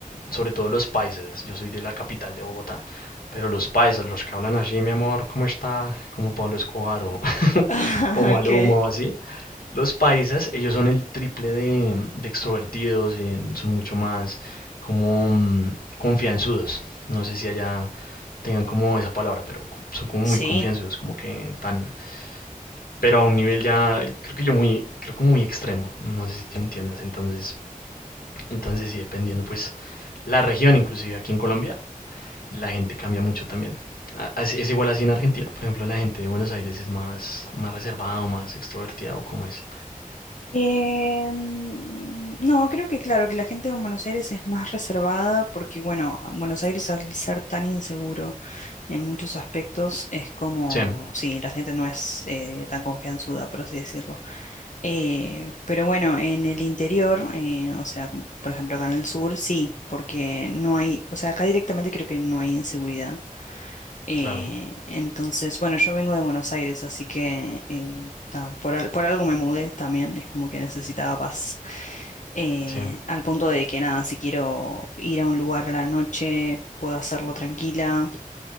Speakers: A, on the left; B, on the left.
A: sobre todo los paisas. Yo soy de la capital de Bogotá, pero los paisas, los que hablan así, mi amor, ¿cómo está? Como Pablo Escobar o, <laughs>
B: <laughs>
A: o Maluma
B: Ok.
A: o así. Los paisas, ellos son el triple de, de extrovertidos, eh, son mucho más como mm, confianzudos. No sé si allá tengan como esa palabra, pero co- son como muy
B: Sí,
A: confianzudos, como que tan, pero a un nivel ya, creo que yo muy, creo que muy extremo, no sé si me entiendas. Entonces, entonces sí, dependiendo pues la región, inclusive aquí en Colombia la gente cambia mucho también. A- así- Es igual así en Argentina. Por ejemplo, la gente de Buenos Aires es más, más reservada o más extrovertida o como es.
B: Eh, mm, no, creo que claro, que la gente en Buenos Aires es más reservada porque, bueno, Buenos Aires al ser tan inseguro en muchos aspectos es como,
A: Sí,
B: sí, la gente no es eh, tan confianzuda, por así decirlo. Eh, pero bueno, en el interior, eh, o sea, como por ejemplo acá en el sur, sí, porque no hay, o sea, acá directamente creo que no hay inseguridad. Eh,
A: claro,
B: entonces, bueno, yo vengo de Buenos Aires, así que eh, nada, por, al- por algo me mudé también, es como que necesitaba paz. Eh,
A: sí,
B: al punto de que nada, si quiero ir a un lugar a la noche, puedo hacerlo tranquila,